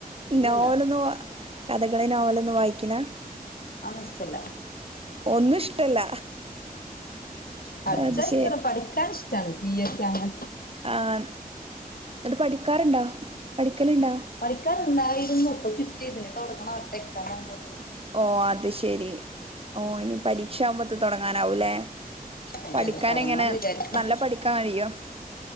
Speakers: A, on the left; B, on the right.
A: ഇല്ലല്ല
B: നോവലൊന്നും- കഥകളെ നോവലൊന്നും വായിക്കില്ലാ
A: അതൊന്നും ഇഷ്ടല്ല
B: ഒന്നും ഇഷ്ടല്ല
A: പഠിച്ചാഷ്ടാണ്
B: അത് ശരി
A: പഠിക്കാനിഷ്ടാണ് പി എസ് സി അങ്ങന
B: ആഹ് ന്നിട്ട് പഠിക്കാറുണ്ടൊ പഠിക്കലുണ്ടൊ?
A: പഠിക്കാറുണ്ടായിരുന്നു ഇപ്പൊ ചുറ്റിയതില്ലെ തൊടങ്ങണം അടുത്ത എക്സാം ആവുമ്പോത്തിന്
B: ഓഹ് അത് ശെരി ഓഹ് ഇനി പരീക്ഷാകുമ്പത്തെ തൊടങ്ങാനാവൂല്ലേ
A: അതെ
B: പഠിക്കാനെങ്ങനെ
A: അതെ തൊടങ്ങണംന്ന് വിചാരിക്കും
B: നല്ല പഠിക്കാൻ കഴിയൊ?